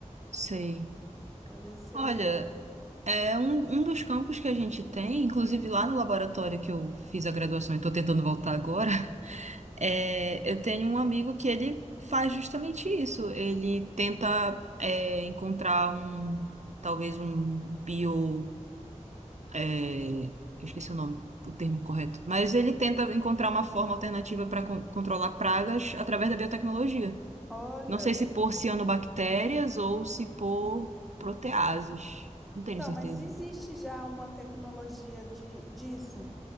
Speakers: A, on the right (about 65°); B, in the centre.
A: sei.
B: para ver se.
A: Olha, É um, um dos campos que a gente tem, inclusive lá no laboratório que eu fiz a graduação e estou tentando voltar agora, <laughs> é, eu tenho um amigo que ele faz justamente isso. Ele tenta é, encontrar um, talvez um bio, é, eu esqueci o nome, o termo correto, mas ele tenta encontrar uma forma alternativa para controlar pragas através da biotecnologia.
B: Olha,
A: Não sei se por cianobactérias ou se por proteases. Não tenho
B: então,
A: certeza.
B: mas existe já uma tecnologia de, disso.